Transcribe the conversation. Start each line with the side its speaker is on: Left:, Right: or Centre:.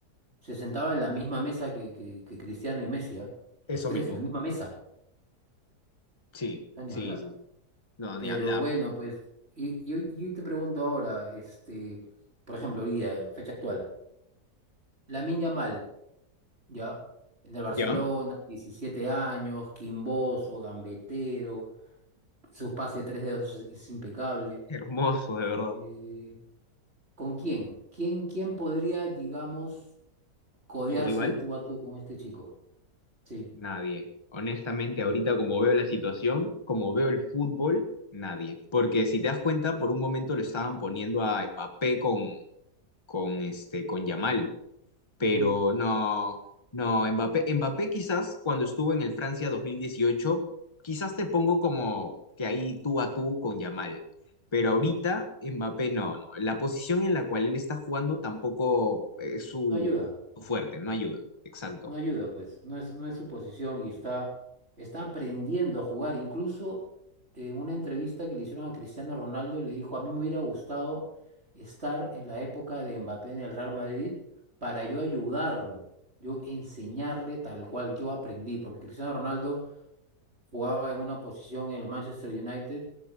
Right: se sentaba en la misma mesa que, que- que Cristiano y Messi, ¿ah?
Left: Eso
Right: Los tres
Left: mismo.
Right: en la misma mesa,
Left: Sí,
Right: o sea, ni
Left: sí,
Right: hablar.
Left: sí. No,
Right: Pero
Left: ni hablar.
Right: bueno, pues, y, y hoy- y yo te pregunto ahora, este, por ejemplo, hoy día, en fecha actual, Lamine Yamal, ¿ya? En el Barcelona,
Left: ¿Ya?
Right: 17 años, quimboso, gambetero, su pase de tres dedos es, es impecable.
Left: Hermoso, de
Right: Eh,
Left: verdad.
Right: ¿Con quién? ¿Quién, quién podría, digamos, codearse
Left: ¿Su rival?
Right: de tú a tú con este chico? Sí.
Left: Nadie. Honestamente, ahorita como veo la situación, como veo el fútbol, nadie. Porque si te das cuenta, por un momento lo estaban poniendo a Mbappé con, con, este, con Yamal. pero
Right: ujú.
Left: no, no, Mbappé, Mbappé quizás cuando estuvo en el Francia 2018 quizás te pongo como que ahí tú a tú con Yamal, pero ahorita Mbappé no, no, la posición en la cual él está jugando tampoco es su,
Right: No ayuda,
Left: su fuerte, no ayuda, exacto,
Right: no ayuda, pues. No es, no es su posición y está, está aprendiendo a jugar. Incluso en una entrevista que le hicieron a Cristiano Ronaldo, le dijo, a mí me hubiera gustado estar en la época de Mbappé en el Real Madrid para yo ayudarlo, yo enseñarle tal cual yo aprendí, porque Cristiano Ronaldo jugaba en una posición en el Manchester United